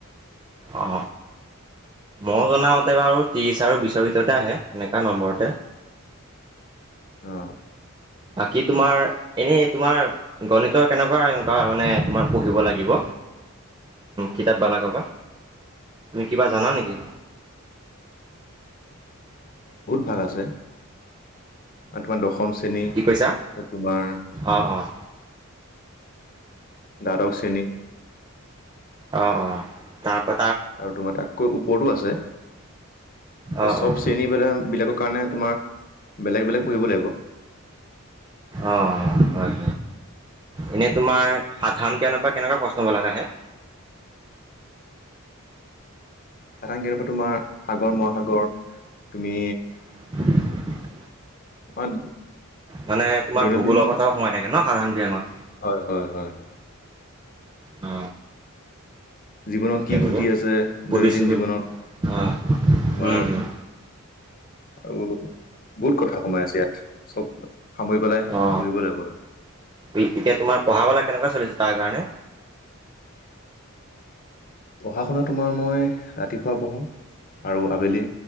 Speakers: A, on the right; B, on the left.
A: অ। মই জনামতে বাৰু ত্ৰিছ আৰু বিশছৰ ভিতৰতে আহে এনেকুৱা নম্বৰতে
B: অঁ
A: বাকী তোমাৰ এনেই তোমাৰ গণিত কেনেকোৱা এনেকোৱা মানে তোমাৰ পঢ়িব লাগিব কিতাপবালাৰ পৰা তুমি কিবা জানা নেকি?
B: <inaudible> ভাল আছে তোমাৰ দশম চে নি
A: কি কৈছা
B: তোমাৰ
A: অঁ অঁ
B: সদৌ শ্ৰেনীত
A: অ অ তাৰপা
B: আৰু তোমাৰ তাতকৈ ওপৰতু আছে।
A: অঁ
B: এ চব
A: অঁ
B: শ্ৰেণী বিলাকৰ কাৰণে তোমাৰ বেলেগ বেলেগ পঢ়িব লাগিব। <inaudible>
A: অ হয় এনে তোমাৰ সাধাৰণ গ্ৰীয়ানৰ পৰা কেনেকুৱা প্ৰশ্ন বিলাক আহে।
B: সাধাৰণ কেতিয়াবা তোমাৰ সাগৰ মহাসাগৰ তুমি
A: <inaudible>
B: হয়।
A: মানে তোমাৰ
B: দৈনন্দিন
A: ভূগোলৰ কথাও সোমাই থাকে ন সাধাৰণ জ্ঞানত?
B: হয় হয় হয়।
A: অ
B: জীৱনত
A: তাকে
B: কি
A: বোলো
B: ঘটি আছে
A: সুধিছিলোঁ।
B: দৈনন্দিন জীৱনত
A: অ',
B: তোমাৰ
A: উম, উম,
B: আৰু বহুত কথা সোমাই আছে ইয়াত চব সামৰি পেলাই
A: অ
B: পঢ়িব লাগিব আৰু
A: এতিয়া তোমাৰ পঢ়া বালা কেনেকুৱা চলিছে? তাৰ কাৰণে
B: পঢ়া শুনা তোমাৰ মই ৰাতিপুৱা পঢ়োঁ আৰু আবেলি